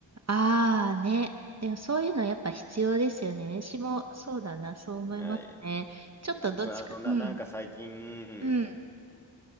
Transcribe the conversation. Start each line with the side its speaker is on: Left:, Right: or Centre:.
Right: ああ、ね。でも、そういうのやっぱ必要ですよね。私も、そうだな、そう思いますね。
Centre: はい。
Right: ちょっとどっちか、
Centre: えーまあ、あの、な、
Right: うん、
Centre: なんか最近、
Right: うん、